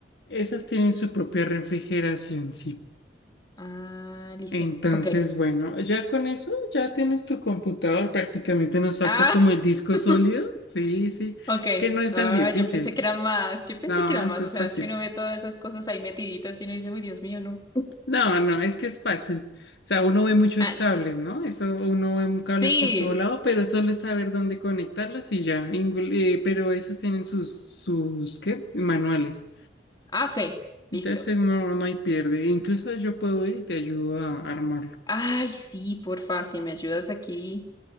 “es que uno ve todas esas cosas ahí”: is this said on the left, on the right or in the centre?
Left